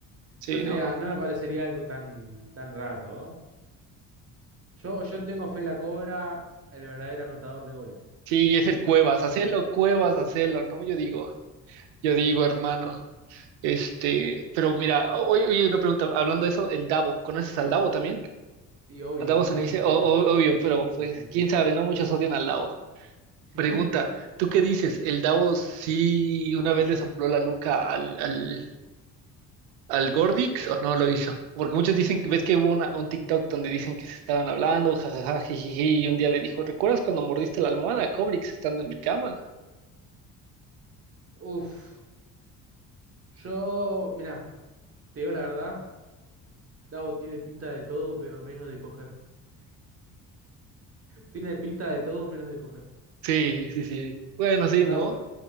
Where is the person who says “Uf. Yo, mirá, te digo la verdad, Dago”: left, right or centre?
Right